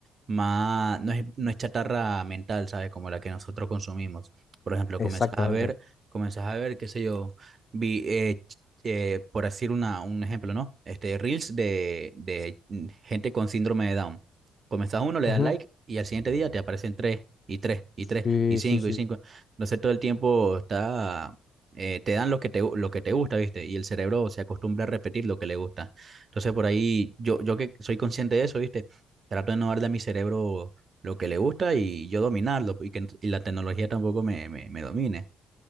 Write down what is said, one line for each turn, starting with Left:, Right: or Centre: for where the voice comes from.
Right: más, no es, no es chatarra mental, ¿sabes? Como la que nosotros consumimos. Por ejemplo,
Left: Exactamente.
Right: comenzás a ver, comenzás a ver, qué sé yo, vi, eh, ch- eh, por decir una, un ejemplo, ¿no? Este, reels de, de mm, gente con síndrome de Down. Comenzás uno, le
Left: Ujú.
Right: das like y al siguiente día te aparecen tres y tres, y tres,
Left: Sí,
Right: y cinco,
Left: sí, sí.
Right: y cinco. Entonces todo el tiempo está, eh, te dan lo que te, gu- lo que te gusta, ¿viste? Y el cerebro se acostumbra a repetir lo que le gusta. Entonces por ahí, yo, yo que soy consciente de eso, ¿viste? Trato de no darle a mi cerebro lo que le gusta y yo dominarlo, y que ent- y la tecnología tampoco me, me, me domine.